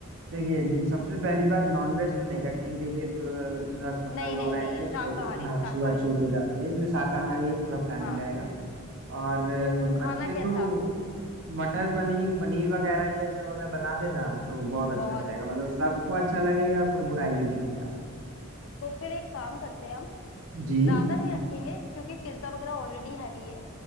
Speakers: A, on the right; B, on the left.
A: देखिए सबसे पहली बात नॉनवेज तो नहीं रखेंगे क्योंकि द, दस पंद्रह
B: नहीं
A: लोग
B: नहीं
A: आएंगे
B: नहीं शाकाहारी
A: तो हाँ
B: शाकाहारी
A: छूआछूत हो जाती है इसलिए शाकाहारी ही पूरा प्लानिंग
B: हाँ
A: रहेगा और अ,
B: तो खाना
A: बच्चे
B: कैसा
A: को मटर पनीर पनीर वगैरह ये सब अगर बना देना तो बहुत अच्छा
B: बहुत
A: रहेगा मतलब सबको अच्छा लगेगा कोई बुराई भी नहीं कर पाएगा
B: तो फिर एक काम करते हैं हम
A: जी
B: ज्यादा नहीं रखेंगे क्योंकि पिज्जा वगैरह ऑलरेडी हैवी है